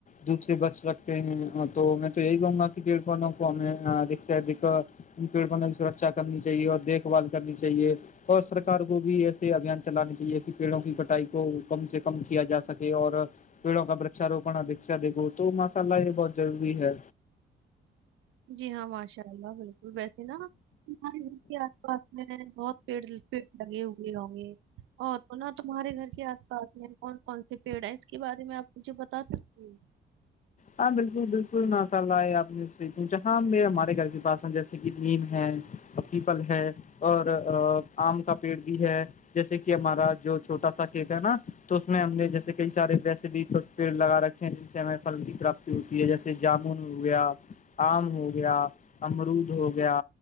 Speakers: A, on the left; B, on the right.
A: دھوپ سے بچ سکتے ہیں تو میں تو یہی کہوں گا کہ پیڑ فونوں کو ہمیں ادک سے ادک ان پیڑ پھوں کی سرکچا کرنی چاہیے اور دیکھ بھال کرنی چاہیے اور سرار کو بھی ایسے ابھیان چلانے چاہیے کہ پیڑوں کی کٹائی کو کم سے کم کیا جا سکے اور پیڑوں کا برچھاروپن اپیکچھا دیکھو تو ماشاللہ یہ بہت ضروری ہے
B: جی ہاں ماشاء اللہ بالکل ویسے نا ہمارے گھر کے آس پاس میں بہت پیڑ پیڑ لگے ہوئے ہوں گے اور تو نا تمہارے گھر کے آس پاس میں کون کون سے پیڑ ہیں اس کے بارے میں آپ مجھے بتا سکتی ہیں
A: ہاں بالکل بالکل مشا اللہ یہ آپ نے سہی پوچھا ہاں ہمارے گھر کے پاس جیسے کہ نیم ہے پیپل ہے اور آم کا پیڑ بھی ہے جیسے کہ ہمارا جو چھوٹا سا کھیت ہے نا تو اس میں ہم نے جیسے کئی سارے ویسے بھی پھر لگا رکھے ہیں جن سے ہمیں پھل کی کراپتی ہوتی ہے جیسے جامن ہو گیا آم ہو گیا امرود ہو گیا